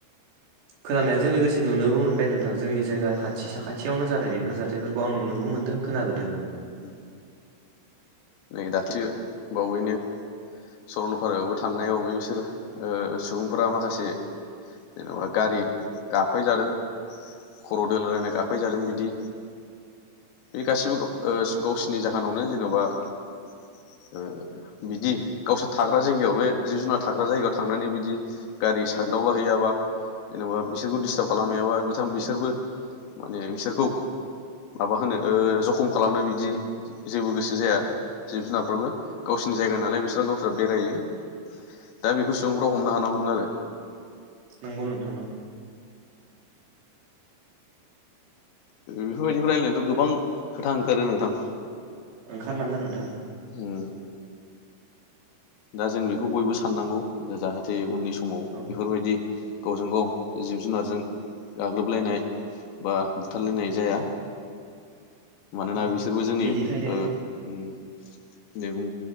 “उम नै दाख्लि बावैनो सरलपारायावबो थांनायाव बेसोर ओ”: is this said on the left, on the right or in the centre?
Left